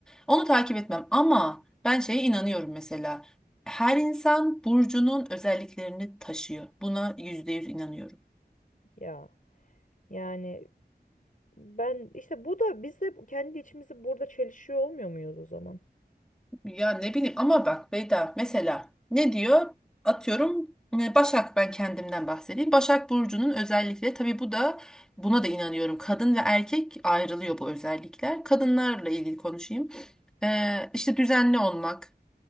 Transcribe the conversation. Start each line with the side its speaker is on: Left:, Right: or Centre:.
Centre: Onu takip etmem ama ben şeye inanıyorum mesela. Her insan burcunun özelliklerini taşıyor. Buna yüzde yüz inanıyorum.
Left: Ya yani Ben işte bu da biz de kendi içimizi burada çelişiyor olmuyor muyuz o zaman?
Centre: Ya ne bileyim ama bak Beyda mesela ne diyor? Atıyorum e, Başak ben kendimden bahsedeyim. Başak burcunun özellikleri tabii bu da buna da inanıyorum. Kadın ve erkek ayrılıyor bu özellikler. Kadınlarla ilgili konuşayım. Ee, işte düzenli olmak,